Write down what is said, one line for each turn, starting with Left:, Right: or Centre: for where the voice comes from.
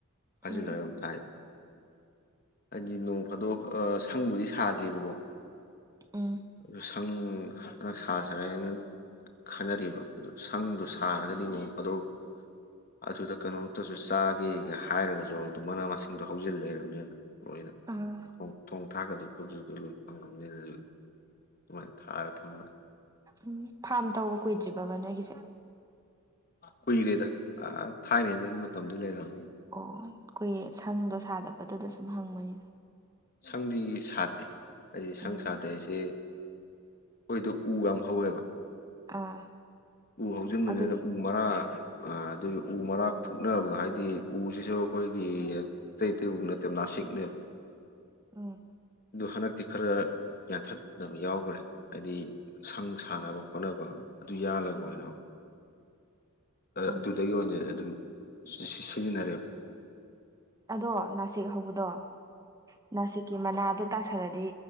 Left: ꯐꯥꯖꯤꯜꯂꯒ
Right: ꯎꯝ
Left: ꯑꯗꯨꯝ ꯊꯥꯏ ꯍꯥꯏꯗꯤ ꯅꯣꯡ ꯐꯥꯗꯣꯛ ꯁꯪꯕꯨꯗꯤ ꯁꯥꯗ꯭ꯔꯤꯕꯀꯣ
Right: ꯎꯝ
Left: ꯑꯗꯨ ꯁꯪ ꯈꯔ ꯁꯥꯖꯔꯑꯩꯅ ꯈꯟꯅꯔꯤꯕ ꯑꯗꯨ ꯁꯪꯗꯣ ꯁꯥꯔꯒꯗꯤ ꯅꯣꯡ ꯐꯗꯣꯛ ꯑꯗꯨꯗ ꯀꯩꯅꯣꯝꯇꯁꯨ ꯆꯥꯒꯦꯒ ꯍꯥꯏꯔꯒꯁꯨ ꯑꯗꯨ ꯃꯅꯥ ꯃꯁꯤꯡꯗꯣ ꯍꯧꯖꯤꯜ ꯂꯩꯔꯝꯅꯤꯅ ꯂꯣꯏꯅ
Right: ꯑꯥ
Left: ꯊ‌ꯣꯡ ꯊꯣꯡ ꯊꯥꯛꯒꯗꯕ ꯗꯨꯗꯨ ꯑꯗꯨ ꯂꯣꯏ ꯐꯪꯂꯝꯅꯤꯅ ꯑꯗꯨ ꯑꯗꯨꯃꯥꯏꯅ ꯊꯥꯔ ꯊꯝꯕꯅꯤ
Right: ꯎꯝ ꯐꯥꯝ ꯇꯧꯕ ꯀꯨꯏꯗ꯭ꯔꯤꯕꯕꯥ ꯅꯣꯏꯒꯤꯁꯦ
Left: ꯀꯨꯏꯔꯦꯗ ꯑ ꯊꯥꯏꯅꯩꯗꯒꯤ ꯃꯇꯝꯗꯨ ꯂꯩꯔꯝꯃꯦ
Right: ꯑꯣ ꯀꯨꯏꯔꯦ ꯁꯪꯗꯣ ꯁꯥꯗꯕꯗꯨꯗ ꯁꯨꯝ ꯍꯪꯕꯅꯤꯗ
Left: ꯁꯪꯗꯤ ꯁꯥꯗꯦ ꯍꯥꯏꯗꯤ ꯁꯪ
Right: ꯎꯝ
Left: ꯁꯥꯗꯦ ꯍꯥꯏꯁꯦ ꯈꯣꯏꯗꯨ ꯎ ꯌꯥꯝ ꯍꯧꯋꯦꯕ
Right: ꯑꯥ
Left: ꯎ ꯍꯧꯖꯤꯟꯕꯅꯤꯅ
Right: ꯑꯗꯨꯒꯤ
Left: ꯎ ꯃꯔꯥ ꯑꯗꯨꯒꯤ ꯎ ꯃꯔꯥ ꯐꯨꯛꯅꯕꯗꯣ ꯍꯥꯏꯗꯤ ꯎꯁꯤꯁꯨ ꯑꯩꯈꯣꯏꯒꯤ ꯑꯇꯩ ꯑꯇꯩ ꯎ ꯅꯠꯇꯦ ꯅꯥꯁꯤꯛ ꯄꯤꯛꯅꯦꯕ
Right: ꯎꯝ
Left: ꯑꯗꯨ ꯍꯟꯗꯛꯇꯤ ꯈꯔ ꯌꯥꯟꯊꯠꯅꯕ ꯌꯥꯎꯒ꯭ꯔꯦ ꯍꯥꯏꯗꯤ ꯁꯪ ꯁꯥꯟꯅꯕ ꯈꯣꯠꯅꯕ ꯑꯗꯨ ꯌꯥꯜꯂꯒ ꯑꯣꯏꯅ
Right: ꯎꯝ
Left: ꯑꯗꯨꯗꯒꯤ ꯑꯣꯏꯅ ꯑꯗꯨꯝ ꯁꯤꯖꯤꯟꯅꯔꯦꯕ
Right: ꯑꯗꯣ ꯅꯥꯁꯤꯛ ꯍꯧꯕꯗꯣ ꯅꯥꯁꯤꯛꯀꯤ ꯃꯅꯥꯗꯣ ꯇꯥꯁꯤꯜꯂꯗꯤ